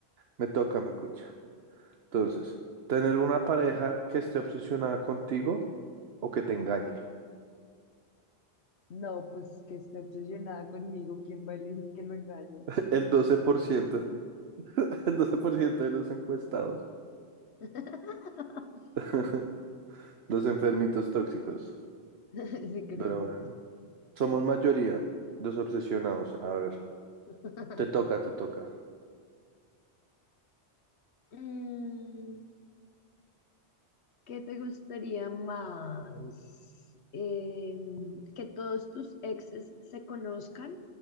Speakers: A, on the right; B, on the left.
A: me toca, mi cucha. Entonces, tener una pareja que esté obsesionada contigo o que te engañe.
B: No, pues que esté obsesionada conmigo, ¿quién va a elegir que lo engañe?
A: <laughs> El
B: Uy,
A: doce por ciento
B: bueno.
A: <laughs> el 12% de los encuestados,
B: <laughs>
A: <laughs> los enfermitos tóxicos.
B: Sí, creo.
A: Pero bueno, somos mayoría, los obsesionados. A ver,
B: <laughs>
A: te toca, te toca.
B: Mm, ¿qué te gustaría más? Em, ¿que todos tus exes se conozcan